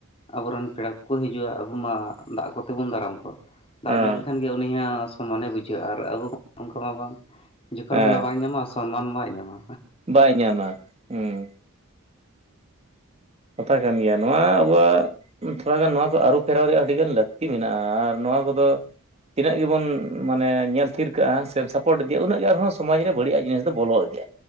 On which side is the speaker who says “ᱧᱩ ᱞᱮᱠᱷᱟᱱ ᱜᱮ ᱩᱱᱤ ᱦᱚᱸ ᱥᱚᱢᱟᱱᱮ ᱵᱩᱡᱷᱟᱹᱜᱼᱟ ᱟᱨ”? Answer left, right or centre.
Left